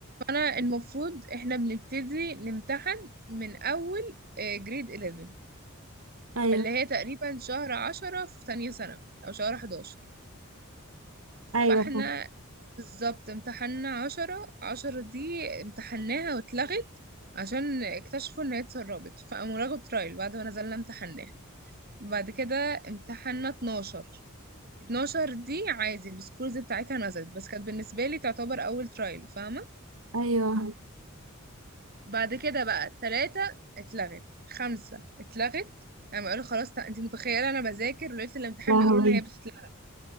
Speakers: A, on the right (about 45°); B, on the right (about 75°).
A: انا المفروض احنا بنبتدي نمتحن من اول جريد 11
B: ايوه
A: اللي هي تقريبا شهر 10 في تانية ثانوي او شهر 11 فاحنا
B: ايوه فاهمة.
A: بالظبط امتحنا 10 10 دي امتحناها واتلغت عشان اكتشفوا ان هي اتسربت فقاموا لغوا ترايل بعد ما نزلنا امتحناها بعد كده امتحنا 12 12 دي عادي السكورز بتاعتها نزلت بس كانت بالنسبة لي تعتبر اول ترايل فاهمة
B: ايوه
A: بعد كده بقى ثلاثة اتلغت خمسة اتلغت انا قالوا خلاص تع- انت متخيلة انا بذاكر وليلة الامتحان
B: لهوي
A: بيقولوا ان هي بتتلغى